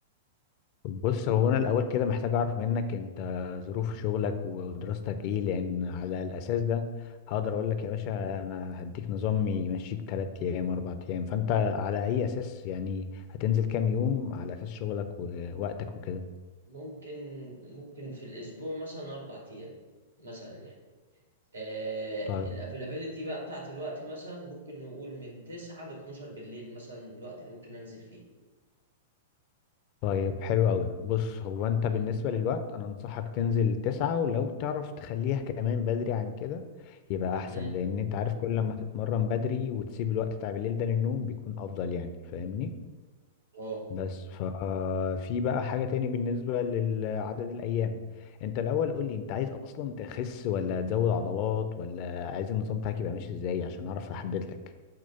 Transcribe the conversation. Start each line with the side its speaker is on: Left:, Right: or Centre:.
Left: بص هو انا الاول كده محتاج اعرف منك انت ظروف شغلك ودراستك ايه لان على الاساس ده هقدر اقول لك يا باشا انا هديك نظام يمشيك 3 ايام 4 ايام فانت على اي اساس يعني هتنزل كام يوم على اساس شغلك ووقتك وكده
Right: ممكن ممكن في الاسبوع مثلا اربع ايام مثلا يعني آه
Left: طيب
Right: الافيلابيليتي بقى بتاعت الوقت مثلا ممكن نقول من 9 ل 12 بالليل مثلا الوقت اللي ممكن انزل فيه
Left: طيب حلو قوي بص هو انت
Right: مم.
Left: بالنسبة للوقت انا انصحك تنزل تسعة ولو تعرف تخليها <laughs> كمان بدري عن كده يبقى احسن
Right: مم.
Left: لان انت عارف كل لما تتمرن بدري وتسيب الوقت بتاع بالليل ده للنوم بيكون افضل يعني فاهمني
Right: اه
Left: بس ففي بقى حاجة تاني بالنسبة لعدد الأيام أنت الأول قول لي أنت عايز أصلا تخس ولا تزود عضلات ولا عايز النظام بتاعك يبقى ماشي إزاي عشان أعرف أحدد لك